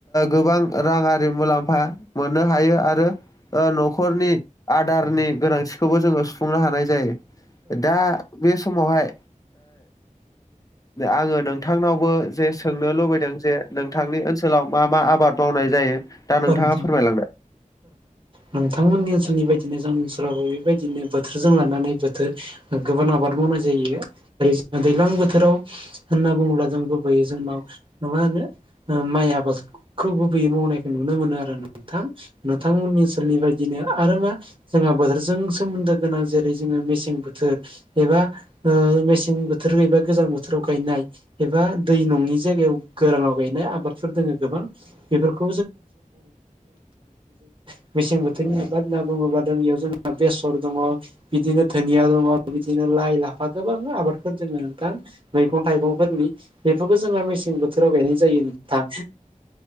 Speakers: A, on the left; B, on the right.
A: गोबां राङि मुलाम्फा मोननो हायो आरो न'खरनि आदारनि गोनांथिखौबो जोङो सुफुंनो हानाय जायो दा बे समावहाय आङो नोंथांनावबो जे सोंनो लुबैदों जे नोंथांनि ओनसोलाव मा मा आबाद मावनाय जायो दा नोंथाङा
B: <unintelligible>
A: फोरमायलांदों
B: नोंथांमोननि ओनसोलनि बायदिनो जोंनि ओनसोलावबो बेबायदिनो बोथोरजों लानानै बोथोर गोबां आबाद मावनाय जायो ओरै जों दैज्लां बोथोराव होनना बुङोब्ला जों गुबैयै जोंनाव मङा होनो माइ आबादखौ गुबैयै मावनाय नुनो मोनो आरो नोंथां नोंथांमोननि ओनसोलनि बायदिनो आरो मा जोंहा बोथोरजों सोमोन्दो गोनां जेरै जोङो मेसें बोथोर एबा मेसें बोथोर गबा गोजां बोथोराव गायनाय एबा दै नङि जायगायाव गोरानाव गायनाय आबादफोर दोङ गोबां बेफोरखौ <unintelligible> मेसें बोथोरनि आबाद होनना बुङोबाों बेयाव जोंहा बेसर दङ बिदिनो धोनिया दङ बिदिनो लाइ लाफा गोबां आबादफोर जोङो नोंथां मैगं थाइगंफोरनि बेफोरखौ जोङो मेसें बोथोराव गायनाय जायो नोंथां